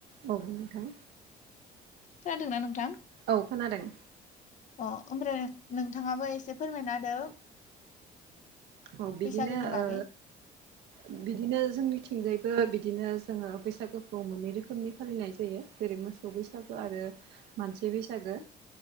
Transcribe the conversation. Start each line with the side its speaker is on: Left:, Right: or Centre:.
Right: औ नोंथां।
Left: खोनादोंना नोंथां।
Right: औ खोनादों।
Left: अ' ओमफ्राय नोंथाङाबो एसे फोरमायना होदो।
Right: औ बिदिनो
Left: बैसागोनि बागै
Right: ओ
Left: <unintelligible>
Right: बिदिनो जोंनिथिंजायबो बिदिनो जोङो बैसागुखौ मोननै रोखोमनि फालिनाय जायो। जेरै मोसौ बैसागो आरो मानसि बैसागो